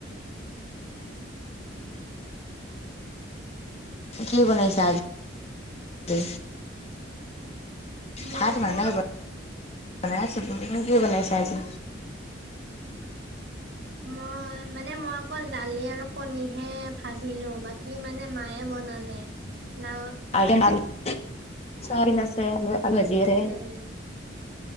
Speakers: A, on the left; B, on the right.
A: কি বনাইছা আজি।
B: মইতো
A: ভাত হোৱা নাই বনাই বনাই আছো কি বনাইছে আজি।
B: মই মানে মই অকল দালি আৰু পণীহে ভাজিলোঁ বাকী মানে মায়ে বনালে নাওঁ
A: <unintelligible> চাবিন আছে আলু ভাজি আছে।
B: উম